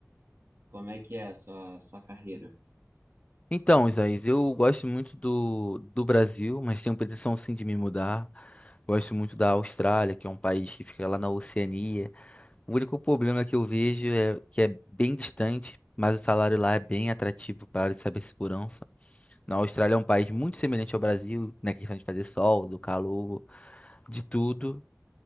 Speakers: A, on the right; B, on the left.
A: Como é que é a sua, sua carreira?
B: Então, Isaías, eu gosto muito do, do Brasil, mas tenho pretensão sim de me mudar. Gosto muito da Austrália, que é um país que fica lá na Oceania. O único problema que eu vejo é que é bem distante, mas o salário lá é bem atrativo para a área de cibersegurança. Na Austrália é um país muito semelhante ao Brasil, na questão de fazer sol, do calor, de tudo.